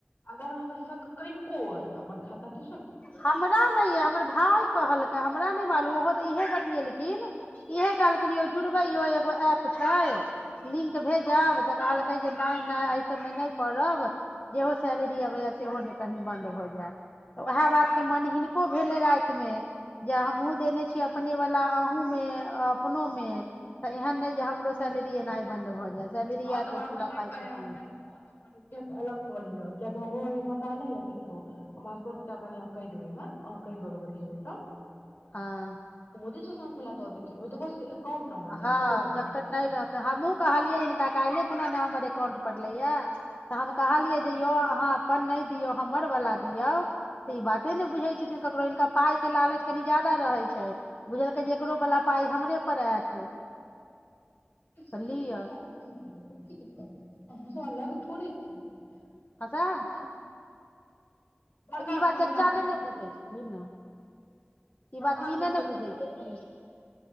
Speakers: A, on the left; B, on the left.
A: अगर अहाँके शक कनिको अय त अपन खाता क
B: हमरा नहि यै हमर भाय कहलकै हमरा नहि मालूम ओहो इहे बतिलखिन इह कहलखिन यौ जुड़बै यौ एगो एप छैय लिंक भेजब तऽ कहलकै जे नहि नहि एहि सबमे नहि पड़ब जेहो सैलेरी अबैया सेहो ने कही बन्द भ जायऽ ओएह बात के मन हिनको भेलय राति मे जे हमहुं देने छीयय अपने वाला अहुं में अपनो में त एहन ने जे हमरो सैलरी एनाय बंद भ जाय सैलरी
A: हँ
B: आयत
A: तऽ बाबू
B: ओ पूरा
A: सब
B: पाइ
A: कह
B: कटि नहि
A: कनिको
B: जाय
A: त अलग कऽ लिय कियकि हमरो पता नई अई किछो बात कर क कहि देबै ई बात अ कहि देब के बतेबै तऽ
B: हँ
A: मोदी सब तब केला द देथीन ओ त बस एकाउंट नंबर
B: हँ
A: चाही कोनो
B: जकर नहि रहतै हमहु कहलियै हिन का काइले खुना न हमर एकाउंट पड़लैया तऽ हम कहलियै जे यौ अहाँ अपन नहि दियौ हमर वाला दियौ तऽ ई बाते ने बुझे छथिन ककरो हिनका पाई के लालच कनि ज्याददा रहे छैय बुझलकै जे एकरो वाला पााय हमरे पर आयत <inaudible>
A: <unintelligible>
B: तऽ लिअ
A: दियौ त की दिक्कत हय आँहां त अलग थोड़े छियय
B: हां सेहा ने
A: बड़का
B: तऽ ई बात
A: के पैसा
B: चचा
A: एखन
B: नई ने बुझै छथिन ई
A: बड़का
B: बात ई नहि
A: के
B: ने
A: च
B: बुझैत छथिन